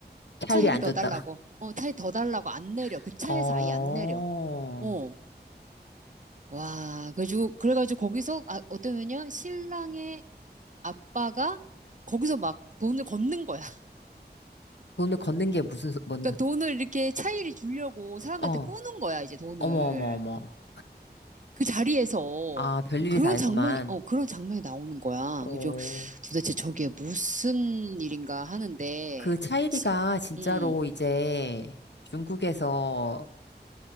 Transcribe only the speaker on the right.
차일이
더
달라고. 어, 차이 더 달라고 안 내려. 그
차에서
아예 안 내려. 어. 와, 그래가지고, 그래가지고 거기서, 아, 어떠면요? 신랑의 아빠가 거기서 막 돈을 걷는 거야. <laughs>
그러니까 돈을 이렇게 차일이 주려고 사람들한테
꾸는 거야, 이제 돈을.
그 자리에서
그런
장면이, 어, 그런 장면이 나오는 거야.
그래서 도대체 저게 무슨 일인가 하는데,
시,
음,